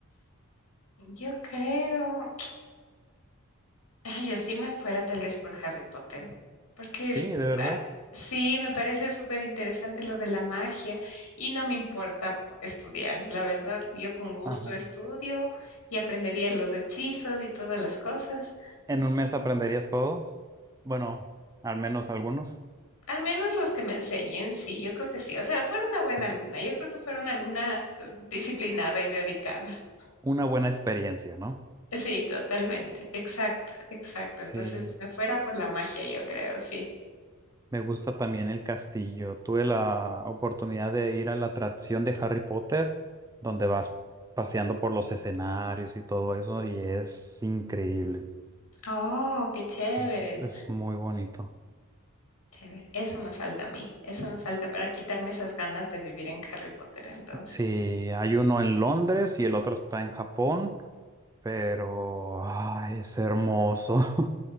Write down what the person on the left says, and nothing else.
Yo creo, ay, yo sí me fuera tal vez por Harry Potter, porque
ah, sí, me parece súper interesante lo de la magia y no me importa po- estudiar. La verdad, yo con gusto
estudio y aprendería los hechizos y todas las cosas.
Al menos los que me enseñen, sí, yo creo que sí. O sea, fuera una buena
alumna. Yo creo que fuera una alumna eh, disciplinada y dedicada.
Sí, totalmente. Exacto, exacto.
Entonces, me fuera por la magia, yo creo, sí.
Oh, qué chévere,
chévere. Eso me falta a mí. Eso me falta para quitarme esas ganas de vivir en Harry Potter, entonces.